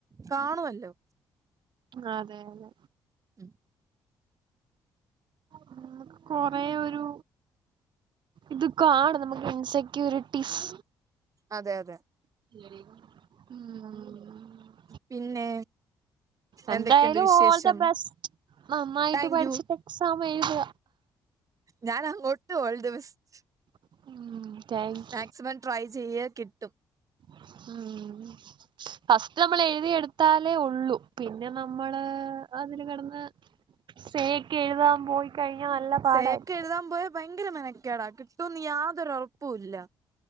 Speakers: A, on the right (about 35°); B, on the right (about 55°).
A: കാണുവല്ലോ
B: അതെ അതെ
A: ഉം
B: ഉം കൊറേ ഒരു ഇതൊക്കാണ് നമുക്ക് ഇൻസെക്യൂരിറ്റീസ്
A: അതെ അതെ
B: ഉം
A: പിന്നെ
B: എന്തായാലും
A: എന്തൊക്കെയുണ്ട് വിശേഷം
B: ഓൾ ദ ബെസ്റ്റ് നന്നായിട്ട്
A: താങ്ക്
B: പഠിച്ചിട്ട്
A: യു
B: എക്സാം എഴുത്ക
A: ഞാനങ്ങോട്ടു ഓൾ ദ ബെസ്റ്റ്
B: ഉം താങ്ക്
A: മാക്സിമം ട്രൈ ചെയ്യ് കിട്ടും
B: ഉം നമ്മൾ എഴുതിയ എടുത്താലേ ഉള്ളൂ പിന്നെ നമ്മള് അതിൽ കിടന്ന് സേക്ക് എഴുതാൻ പോയി കഴിഞ്ഞാൽ നല്ല പാടായിരിക്കും
A: സേക്കെ എഴുതാൻ പോയ ഭയങ്കര മെനക്കേടാ കിട്ടുമന്ന് യാതൊരു ഉറപ്പുംല്ല